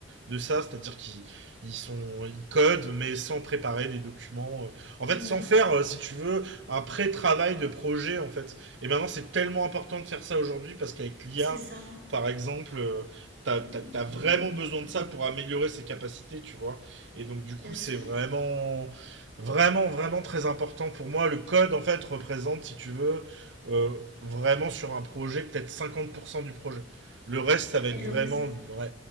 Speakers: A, on the right; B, on the right.
A: de ça, c'est-à-dire qu'ils ils sont ils codent mais sans préparer des documents. euh, En fait,
B: Ouais,
A: sans faire, euh, si tu veux, un pré-travail de projet en fait. Et maintenant, c'est tellement important de faire ça aujourd'hui parce qu'avec l'IA,
B: c'est ça.
A: par exemple, euh, t'as,
B: Bien
A: t'as- t'as vraiment besoin de ça pour améliorer ses capacités, tu vois. Et donc, du coup, c'est
B: sûr.
A: vraiment, vraiment, vraiment très important pour moi. Le code, en fait, représente, si tu veux, euh, vraiment sur un projet, peut-être 50% du projet. Le reste, ça va
B: Et
A: être
B: le
A: vraiment
B: reste,
A: ouais,